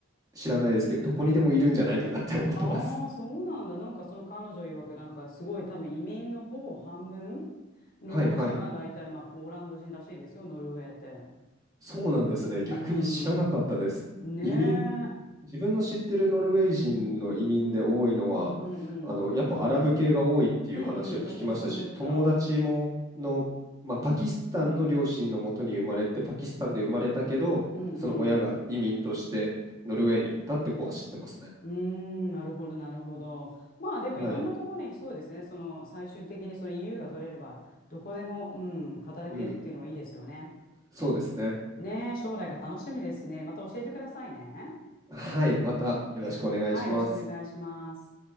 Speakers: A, on the right; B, on the left.
A: 知らないですけど、どこにでもいるんじゃないかなって思ってます。
B: ああ、そうなんだ。なんかその彼女曰く、なんかすごい多分移民のほぼ半分、労働者が大体まあポーランド人らしいですよ、
A: はいはい。
B: ノルウェーって。
A: そうなんですね。
B: うーん。
A: 逆に知らなかったです。
B: ねえ。
A: 移民、自分の知ってるノルウェー人の移民で多いのは、
B: うんうん。
A: あの、やっぱアラブ系が多いっていう話を聞きましたし、
B: うんうん。私もそう思った。
A: 友達もの、まあ、パキスタンの両親のもとに生まれて、パキスタンで生まれたけど、
B: うんうん。
A: その親が移民としてノルウェーに行ったって子は知ってますね。
B: うーん、なるほど、なるほど。まあでもいろんなところにそうですね、
A: はい。
B: その最終的にその EU が取れれば、どこでも、うん、働けるっていうのはいいですよね。
A: うん。そうですね。
B: ねえ、将来が楽しみですね。また教えてくださいね。
A: はい。またよろしくお願いします。
B: はい、よろしくお願いします。